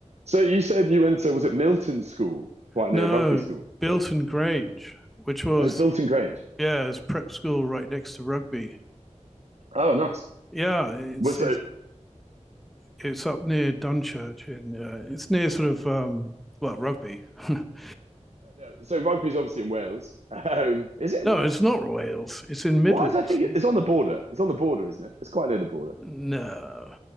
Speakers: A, on the right (about 65°); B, in the centre.
A: So you said you went to, was it Milton School, quite
B: No,
A: near rugby school?
B: Bilton Grange, which was
A: Oh, Bilton Grange.
B: yeah, it's prep school right next to Rugby.
A: Oh, nice.
B: Yeah, it's
A: Well, so,
B: it's
A: yeah,
B: it's up near Dunchurch and uh, it's near sort of um well Rugby. <laughs>
A: no, no. so rugby's obviously in Wales. Um, is it in
B: no,
A: Wales?
B: it's not Wales. It's in Midlands.
A: Why does I think it, it's on the border? It's on the border, isn't it? It's quite near the border.
B: No,